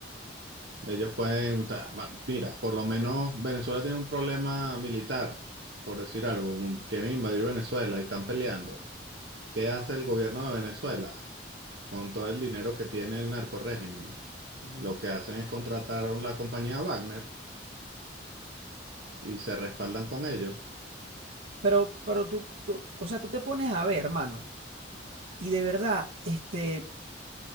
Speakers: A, on the right; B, on the right.
A: Ellos pueden, ta- ma- mira, por lo menos Venezuela tiene un problema militar, por decir algo, un- quieren invadir Venezuela y están peleando. ¿Qué hace el gobierno de Venezuela con todo el dinero que tiene el narcorrégimen?
B: Ujú.
A: Lo que hacen es contratar a la compañía Wagner y se respaldan con ellos.
B: Pero, pero tú, tú, o sea, tú te pones a ver, hermano, y de verdad, este